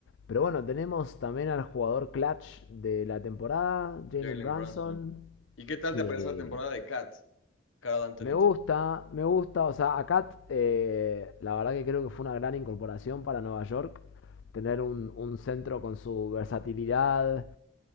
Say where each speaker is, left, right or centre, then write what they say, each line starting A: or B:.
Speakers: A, on the left; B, on the left.
A: Pero bueno, tenemos también al jugador clutch de la temporada, Jalen
B: Jalen
A: Brunson,
B: Brunson. ¿Y qué tal
A: que
B: te parece la temporada de Cat? Carl Anthony
A: me gusta, me gusta. O sea, a Cat, eh, la verdad que creo que fue una gran incorporación para Nueva York. Tener un, un centro con su versatilidad,